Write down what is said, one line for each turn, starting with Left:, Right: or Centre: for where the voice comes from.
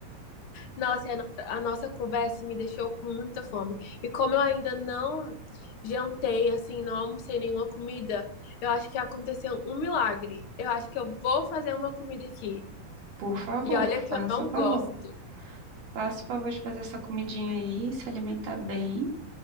Left: Nossa, e a, no- a nossa conversa me deixou com muita fome. E como eu ainda não jantei, assim, não almocei nenhuma comida, eu acho que aconteceu um milagre. Eu acho que eu vou fazer uma comida aqui.
Right: Por favor,
Left: E olha que
Right: faça
Left: eu não
Right: o favor.
Left: gosto.
Right: Faça o favor de fazer essa comidinha aí, se alimentar bem,